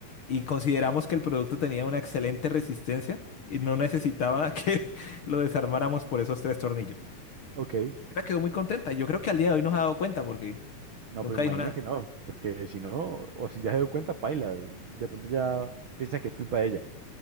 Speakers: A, on the left (about 50°); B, on the right (about 70°).
A: y consideramos que el producto tenía una excelente resistencia y no necesitaba <laughs> que lo desarmáramos por esos tres tornillos.
B: Ok.
A: Ella quedó muy contenta, yo creo que al día de hoy nos ha dado cuenta porque
B: No,
A: nunca
B: pues imagino
A: dijo nada.
B: que no, porque si no, o si ya se dio cuenta, paila. De pronto ya piensa que es culpa de ella.